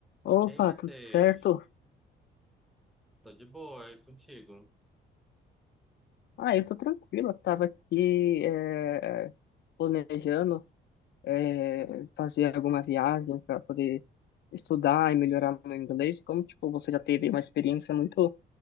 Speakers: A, on the left; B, in the centre.
A: Opa,
B: E aí, Matheus?
A: tudo certo?
B: Tô de boa, é contigo?
A: Ah, eu tô tranquilo. Eu tava aqui eh, planejando eh, fazer alguma viagem para poder estudar e melhorar meu inglês. E Como tipo você já teve uma experiência muito